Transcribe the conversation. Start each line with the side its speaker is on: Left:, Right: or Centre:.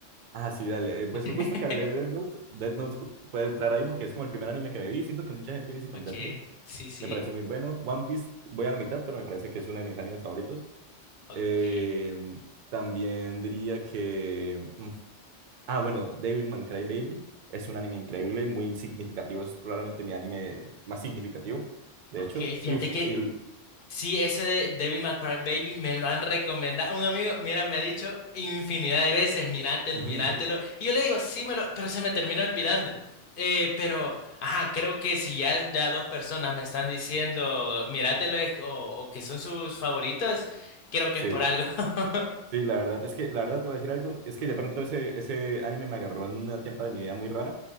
Right: Ah, sí, dale. eh,
Left: <laughs>
Right: Pues justo que hablé de Death Note, Death Note ju- puede entrar ahí porque es como el primer anime que me vi. Siento que mucha gente inicia con
Left: Ok,
Right: Death Note.
Left: sí, sí.
Right: Me parece muy bueno. One Piece, voy a la mitad, pero me parece que es uno de mis animes favoritos.
Left: Ok,
Right: Eh, también diría que. mm, Ah, bueno, Devilman Crybaby es un anime increíble, muy significativo. Es probablemente mi anime más significativo, de
Left: ok.
Right: hecho.
Left: Fíjate
Right: Y, uf,
Left: que
Right: y el-
Left: Sí, ese de Devil May Cry Baby me lo han recomendado. Un amigo, mira, me ha dicho infinidad de veces, míratelo,
Right: <laughs> ujú,
Left: míratelo.
Right: ujú,
Left: Y yo le digo, sí, me lo, pero se me termina olvidando. Eh, pero, ajá, creo que si ya, ya dos personas me están diciendo, míratelo, es- o, o que son sus favoritos, creo que
Right: Sí.
Left: es por algo. <laughs>
Right: Sí, la verdad, es que, la verdad, te voy a decir algo, es que de pronto ese, ese anime me agarró en una etapa de mi vida muy rara,